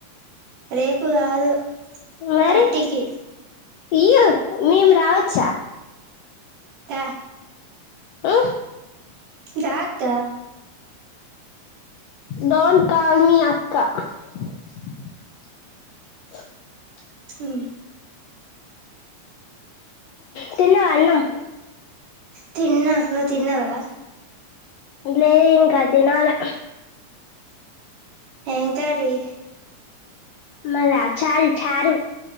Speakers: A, on the right (about 90°); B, on the left (about 80°).
A: రేపు కాదు
B: మరి
A: థర్టీకి
B: ఇ మేం రావచ్చా
A: త
B: ఆ
A: దా అక్క
B: డోం కాల్ మీ అక్క <unintelligible>
A: హ
B: తిన్న అన్నాం
A: తిన్నా నువ్వు తిన్నావా
B: లే ఇంకా తినాలా
A: ఏం కర్రీ
B: మాదే చాలు చారు